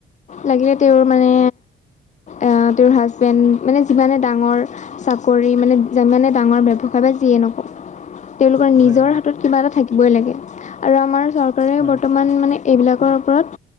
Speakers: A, on the left; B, on the right.
A: লাগিলে তেওঁৰ মানে এ তেওঁৰ হাজবেণ্ড মানে যিমানে ডাঙৰ চাকৰি মানে মানে ডাঙৰ ব্যৱসায় যিয়ে নকওঁ তেওঁ লোকৰ নিজৰ
B: হয় হয়
A: হাত, কিবা এটা থাকিবই লাগে, আৰু আমাৰ চৰকাৰেও
B: হয়
A: বৰ্তমান মানে এইবিলাকৰ ওপৰত